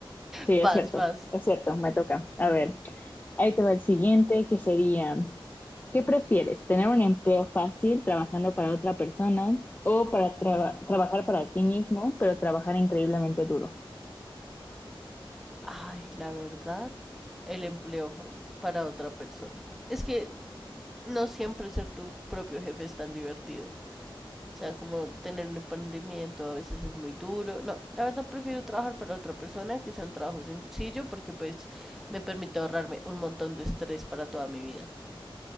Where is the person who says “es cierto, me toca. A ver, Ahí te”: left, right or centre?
Left